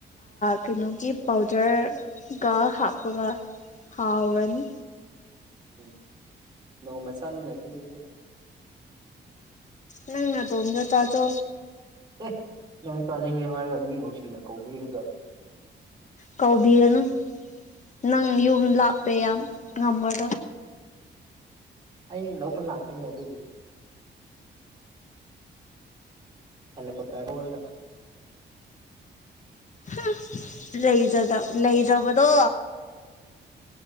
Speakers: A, on the left (about 40°); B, on the right (about 25°).
A: ꯀꯩꯅꯣꯒꯤ ꯄꯥꯎꯗꯔꯒ ꯍꯥꯞꯄꯒ ꯍꯥꯎꯔꯅꯤ
B: ꯎꯝ ꯅꯣꯡꯃ ꯆꯥꯃꯤꯟꯅꯁꯨ ꯑꯗꯨꯗꯤ
A: ꯅꯪꯅ ꯇꯣꯝꯗ ꯆꯥꯇꯣ
B: ꯑꯦ ꯅꯪ ꯆꯥꯅꯤꯡꯉꯤ ꯍꯥꯏꯔꯒ ꯃꯤ ꯅꯨꯡꯁꯤꯅ ꯀꯧꯕꯤꯔꯒ
A: ꯀꯧꯕꯤꯔꯅꯨ ꯅꯪ ꯌꯨꯝ ꯂꯥꯛꯄ ꯌꯥꯝ ꯉꯝꯃꯗꯣ
B: ꯑꯩ ꯂꯧꯕ ꯂꯥꯛꯀꯅꯦ ꯑꯗꯨꯕꯨꯗꯤ ꯍꯦꯜꯂꯀꯣꯠꯇꯔꯒ
A: ꯍꯥ ꯂꯩꯖꯗ ꯂꯩꯗꯕꯗꯣ